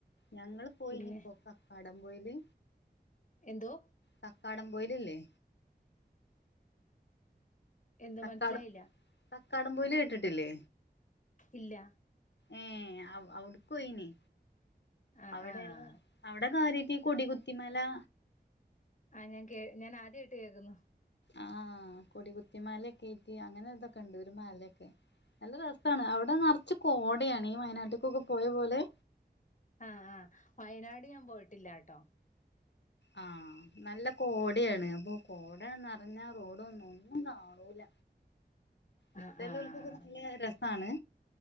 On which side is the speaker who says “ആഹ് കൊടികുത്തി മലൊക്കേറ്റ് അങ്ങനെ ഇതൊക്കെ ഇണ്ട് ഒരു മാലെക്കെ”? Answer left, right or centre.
Left